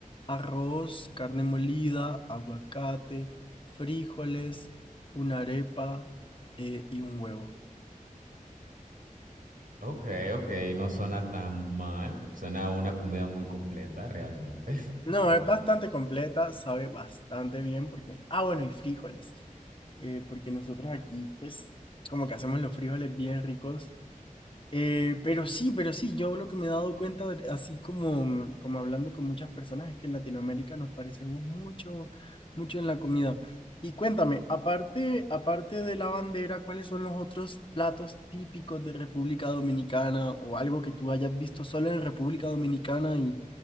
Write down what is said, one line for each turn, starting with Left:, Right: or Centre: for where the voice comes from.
Left: arroz, carne molida, aguacate, frijoles, una arepa eh, y un huevo.
Right: Ok, ok, no suena tan mal. Suena a una comida muy completa, realmente.
Left: No,
Right: <laughs>
Left: es bastante completa, sabe bastante bien porque... Ah, bueno, y frijoles eh, porque nosotros aquí, pues, como que hacemos los frijoles bien ricos Eh, pero sí, pero sí, yo lo que me he dado cuenta, de- así como, mm, como hablando con muchas personas, es que en Latinoamérica nos parecemos mucho, mucho en la comida. Y cuéntame, aparte, aparte de la bandera, ¿cuáles son los otros platos típicos de República Dominicana o algo que tú hayas visto solo en República Dominicana y,